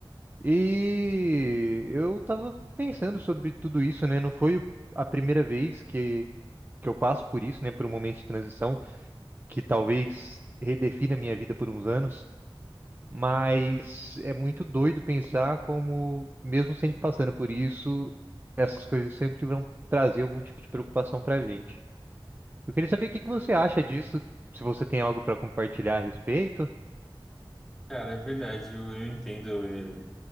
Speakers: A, on the right (about 20°); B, in the centre.
A: E eu tava pensando sobre tudo isso, né? Não foi a primeira vez que, que eu passo por isso, né? Por um momento de transição que talvez redefina a minha vida por uns anos. Mas é muito doido pensar como, mesmo sempre passando por isso, essas coisas sempre vão trazer algum tipo de preocupação pra gente. Eu queria saber o que que você acha disso, se você tem algo pra compartilhar a respeito.
B: Cara, é verdade, eu, eu entendo é,